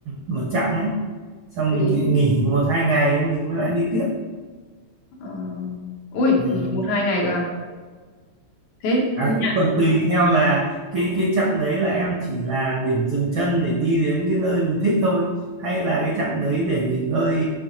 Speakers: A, on the right (about 75°); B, on the left (about 75°).
A: một chặng đấy xong
B: thì
A: mình nghỉ nghỉ một hai ngày mình mới lại đi tiếp
B: ờ, ui,
A: ừ.
B: nghỉ một hai ngày cơ à? thế
A: à
B: nhà-
A: cũng còn tùy theo là cái cái chặng đấy là em chỉ là điểm dừng chân để đi đến cái nơi mình thích thôi hay là cái chặng đấy để nghỉ ngơi